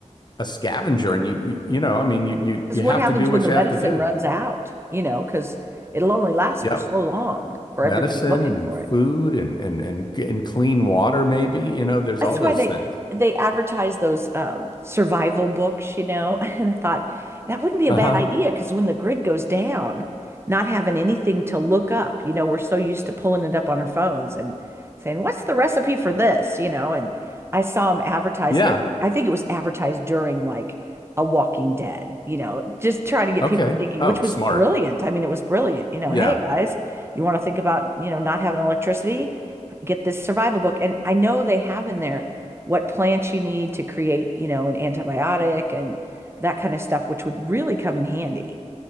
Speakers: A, on the left; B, on the right.
A: a scavenger and you you you know i mean you you
B: Because
A: you
B: what
A: have
B: happens
A: to do
B: when
A: what
B: the
A: you
B: medicine
A: have to do
B: runs out, you know, because it'll only last
A: yep
B: for so long for
A: medicine
B: everybody looking
A: and
B: for it.
A: food and and and and clean water maybe you know there's
B: That's
A: all those
B: why they
A: things
B: they advertise those um survival books, you know. <laughs> And I thought that wouldn't be a
A: uh-huh
B: bad idea because when the grid goes down, not having anything to look up, you know, we're so used to pulling it up on our phones and saying, "What's the recipe for this?" you know, and I saw them advertised.
A: yeah
B: It, I think it was advertised during like a Walking Dead, you know, just trying to get
A: okay
B: people thinking,
A: oh
B: which was
A: smart
B: brilliant. I mean, it was brilliant. You know,
A: yeah
B: hey guys, you want to think about, you know, not having electricity? get this survival book. And I know they have in there what plants you need to create, you know, an antibiotic and that kind of stuff, which would really come in handy.